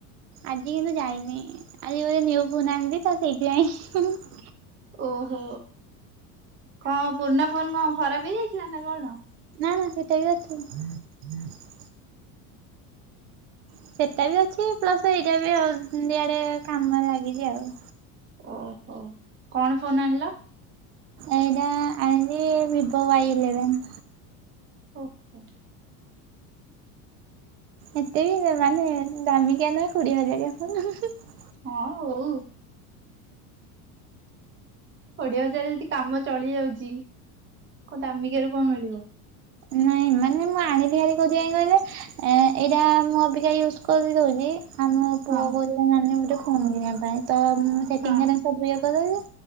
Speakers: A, on the right; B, on the right.
A: ଆଜି କିନ୍ତୁ ଯାଇନି ଆଜି ଗୋଟେ ନିଉ ଫୋନ ଆଣିଲିତ ସେଇଥିପାଇଁ ହୁଁ ହୁଁ।
B: ଓହୋ କଣ ପୁରୁଣା ଫୋନ କଣ ଖରାପ ହେଇଯାଇଥିଲା ନା କଣ?
A: ନା ନା ସେଟା ବି ଅଛି। ସେଟା ବି ଅଛି ପ୍ଲସ୍ ଏଇଟା ବି ଆଉ ଦିଆଡ଼େ କାମରେ ଲାଗିଚି ଆଉ।
B: ଓହୋ। କଣ ଫୋନ ଆଣିଲ?
A: ଏଇଟା ଆଣିଲି ଭିଭୋ ୱାଇ ଇଲେଭେନ।
B: ଓଃ ହୋ।
A: ଏତେ ମାନେ ଦାମିକିଆ ନୁହେଁ କୋଡିଏ ହଜାରିଆ <unintelligible>
B: ହଁ ହୋଉ। କୋଡିଏ ହଜାର ଯଦି କାମ ଚଳି ଯାଉଚି କଣ ଦାମିକିଆରୁ କଣ ମିଳିବ।
A: ନାଇଁ ମାନେ ମୁଁ ଆଣିଲି ହାରି କଉଥି ପାଇଁ କହିଲେ। ଏ ଏଇଟା ମୁଁ ଅବିକା ୟୁଜ୍ କରି ଦଉଜି ଆମ ପୁଅ
B: ହଁ
A: କହୁଚି ନାନୀ ଗୋଟେ ଫୋନ୍ କିଣିବା ପାଇଁ ତ ମୁଁ ସେଟିଙ୍ଗ
B: ହଁ
A: ହେରା ସବୁ ଇଏ କରିଦଉ